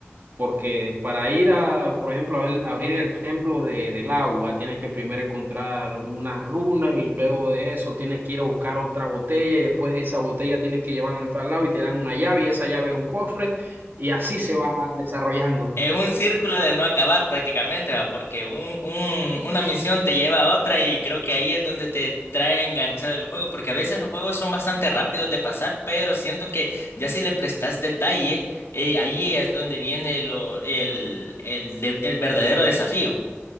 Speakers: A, on the right (about 50°); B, on the left (about 75°).
A: porque para ir a, por ejemplo, a ver- abrir el templo de, del agua, tienes que primero encontrar unas runas y luego de eso tienes que ir a buscar otra botella y después de esa botella tienes que llevarla a tal lado y te dan una llave y esa llave es un cofre y así se va desarrollando.
B: Es un círculo de no acabar prácticamente, ¿va? Porque un, un- una misión te lleva a otra y creo que ahí es donde te trae enganchado el juego, porque a veces los juegos son bastante rápidos de pasar, pero siento que ya si le prestas detalle, eh, ahí es donde viene lo, el, el, de- el verdadero desafío,